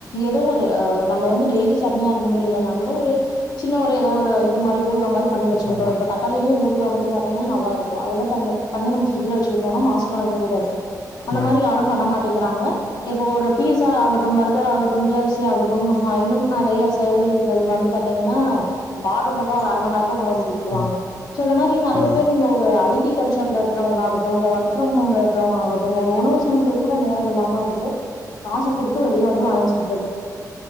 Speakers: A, on the left; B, on the left.
A: எதோ ஒரு அ நம்ப வந்து டெய்லி சட்னி அரைக்க முடிலன்னா கூட ஒரு சின்ன ஒரு எதோ ஒரு இது மாரி ஊறுகா மாரி பண்ணி வெச்சுகிட்டோ
B: ஆமா
A: இப்ப தக்காளிலியே ஊறுகா வந்து பாத்திங்னா நல்லாருக்கு அதல்லா தண் பண்ணி நம்ப ஃபிரிட்ஜ்ல வெச்சுகிட் டோனா மாச கணக்குல கூட இருக்கும் அந்த
B: ம்
A: மாரி யாரும் பண்ண மா ட்டிங்கிறாங்க இப்ப ஒரு ஃபீஸா ஆகட்டும் பர்கர் ஆகட்டும் கே எஃப் சி ஆகட்டும் ஹ இன்னும் நறைய செயலி கள் வந்து பாத்தீங்கன்னா நம்ப ஆட்ரு போட்டோ ஒரு அரை மண் நேர கொண் வந்து குடுத்துருவாங்க
B: ம்
A: சோ இந்த மாரி நறைய
B: ஆமா
A: பேரு இந்த ஒரு ஐ டி கல்ச்சர்ல இருக்கறவங்க ஆக ட்டு இல்ல ஒர்க் ஃப்ரம் ஹோம்ல இருக்கறவங்க ஆகட்டும் ஒரு உணவு சமைக்கிறக் கூட நேரம் இல்லாமக்குது காச குடுத்து வெளிய வந்து வாங்கி சாப்